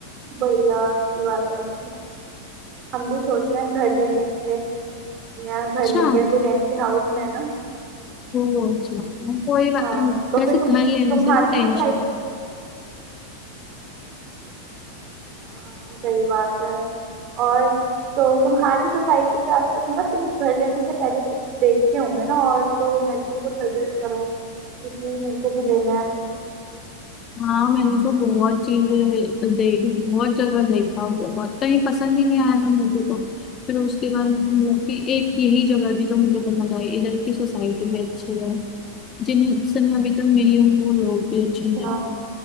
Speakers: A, on the right; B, on the left.
A: बढ़िया अच्छी बात है अच्छी बात हम भी सोच रहे हैं घर लेने के लिए नया घर
B: अच्छा
A: लेंगे अभी रेंट के हाउस में है ना
B: वो अच्छा कोई बात
A: हाँ तो
B: वैसे
A: फिर
B: घर
A: तुम
B: लेने
A: तुम्हारी
B: से ना टेंशन
A: सोसाइटी हाँ सही बात है और तो तुम्हारी सोसाइटी के आसपास मतलब तुमने घर लेने से पहले कुछ देखे होंगे ना और तो मेरे को कुछ सजेस्ट करो क्योंकि मेरे को भी लेना है
B: हाँ मैंने तो बहुत चीजें देखी बहुत जगह देखा बहुत कहीं पसंद ही नहीं आया था मुझे तो फिर उसके बाद मतलब कि एक यही जगह थी जो मुझे पसंद आई इधर की सोसाइटी भी अच्छी है जिनसे मैं अभी तक मिली हूँ वो लोग भी अच्छे
A: अच्छा
B: हैं